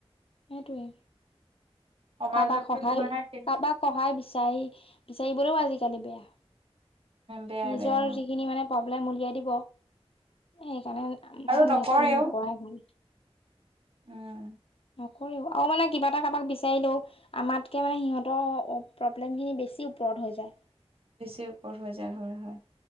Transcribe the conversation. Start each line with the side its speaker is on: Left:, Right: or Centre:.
Left: সেইটোৱে।
Right: সমাজতো
Left: কাবাক সহায়
Right: তোমাৰ সেইটো
Left: কাবাক সহায় বিচাৰি বিচাৰিব'লেও আজিকালি বেয়া।
Right: বেয়া
Left: নিজৰ
Right: বেয়া
Left: যিখিনি মানে প্ৰব্লেম উলিয়াই দিব এ সেইকাৰণে
Right: আৰু নকৰেও
Left: নিকো নকোৱাই ভাল।
Right: উম
Left: নকৰেও আৰু মানে কিবা এটা কাবাক বিচাৰিলেও আমাতকে মানে সিহঁতৰ প্ৰব্লেম খিনি বেছি ওপৰত হৈ যায়।
Right: বেছি ওপৰত হৈ যায় হয় হয়।